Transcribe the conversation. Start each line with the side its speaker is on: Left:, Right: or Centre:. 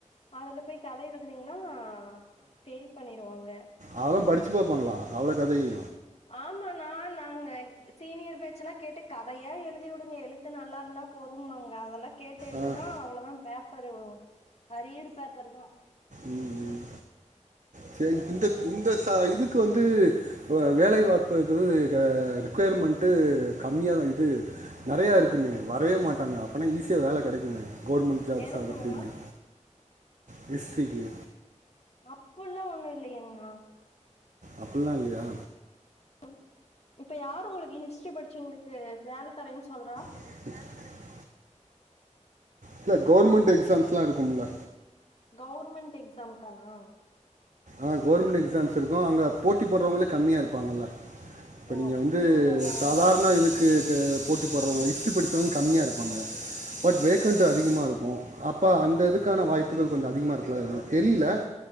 Left: அதுல போய் கத எழுதினீங்னா ஃபெயில் பண்ணிருவாங்க
Right: அதெல்லா படிச்சு பாப்பாங்களா அவ்ள கதையு
Left: ஆமானா நாங்க ஸ் சீனியர் பேச்சுல்லா கேட்டு கதையா எலுதி விடுங்க எலுத்து நல்லா இருந்தா போதுங்மாங்க அதெல்லா கேட்டு எழுதுனா
Right: அஹ்,
Left: அவ்ளோதா பேப்பரு அரியறு பேப்பர் தா
Right: ம், ம். சரி இந்த இந்த ச இதுக்கு வந்து வேலை வாப்பும்பது ரெக்குயர்மெண்ட்டு கம்மியா தா இது நெறைய இருக்குமே வரயே மாட்டாங்க அப்பனா ஈஸியா வேல கெடைக்குமே கவர்மெண்ட் ஜாப்ஸ்
Left: எதுக்குங்ண்ணா
Right: அது அப்டினு டிஸ்ட்ரிக்கு
Left: அப்புல்லா ஒண்ணு இல்லயேங்ணா
Right: அப்புல்லா இல்லயா
Left: ம் இப்ப யாரு உங்களுக்கு ஹிஸ்ட்ரி படிச்சுவங்களுக்கு வேல தரேன் சொல்றா
Right: <unintelligible> இல்ல கவர்மெண்ட் எக்ஸாம்ஸ்லா இருக்கும்ல
Left: கவுர்மெண்ட் எக்ஸாம்கானா
Right: ஆ கவர்மெண்ட் எக்ஸாம்ஸ் இருக்கு அங்க போட்டி போடுறவங்களே கம்மியா இருப்பாங்கல்ல இப்ப
Left: ஓ
Right: நீங்க
Left: அப்டிங்களாண்ணா
Right: வந்து சாதாரண இதுக்கு க போட்டி போட்றவங்க ஹிஸ்டி படிச்சவங்க கம்மியா இருப்பாங்க பட் வேக்கண்ட்டு
Left: ஓகே
Right: அதிகமா இருக்கு அப்ப அந்த இதுக்கான வாய்ப்புகள் கொஞ்ச அதிகமா இருக்குல அத தெரியில